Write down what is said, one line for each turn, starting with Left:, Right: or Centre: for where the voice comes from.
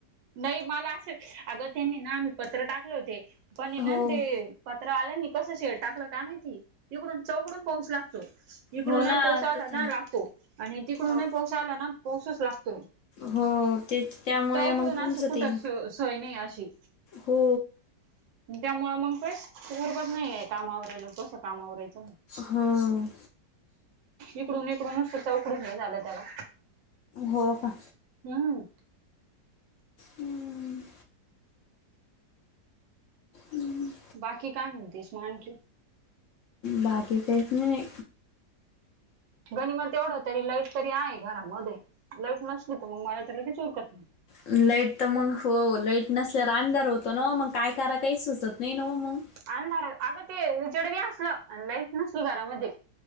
Right: नाही मला त्यांनी आम्ही पत्रे टाकले होते पण ना
Left: हो
Right: ते पत्रवाल्यानी कसं शेड टाकलं काय माहिती? तिकडून चौकडून पाऊस लागतो इकडून
Left: हो ना
Right: पाऊस आला
Left: तेच
Right: ना लागतो आणि तिकडून
Left: हो
Right: पाऊस आला ना पाऊस लागतो.
Left: हो ते त्यामुळे
Right: चौकडून
Left: मग
Right: असं
Left: तुमचं
Right: कुठंच
Left: ते
Right: सोय नाही अशी.
Left: हो
Right: त्यामुळे मग काय उबत नाहीये कामा आवरायला कसं काम आवरायचं
Left: हम्म
Right: इकडून इकडूनच असं चौकडून हे झालं त्याला
Left: हो का
Right: हम्म
Left: हम्म हम्म
Right: बाकी काय म्हणतीस मग आणखी
Left: बाकी काहीच नाही
Right: गणी मा तेवढं तरी लाईट तरी आहे घरामध्ये लाईट नसली तर मग मला तर लगेच उरकत नाही.
Left: लाईट तर मग हो लाईट नसल्यावर अंधार होतो ना मग काय कराय काही सुचत नाही ना मग
Right: अंधार अगं ते उजेड भी असलं लाईट नसली घरामध्ये